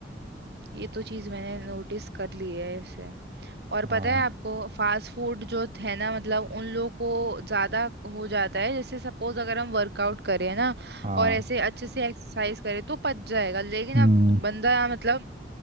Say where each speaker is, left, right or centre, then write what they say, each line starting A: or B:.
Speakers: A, on the right; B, on the right.
A: ये तो चीज मैंने नोटिस कर ली है ऐसे और
B: हाँ
A: पता है आपको फास्ट फूड जो है ना मतलब उन लोगों को ज्यादा हो जाता है जैसे सपोज अगर हम वर्कआउट करें ना
B: हाँ
A: और ऐसे अच्छे से एक्सरसाइज करें तो पच जाएगा लेकिन
B: हम्म
A: अब बंदा मतलब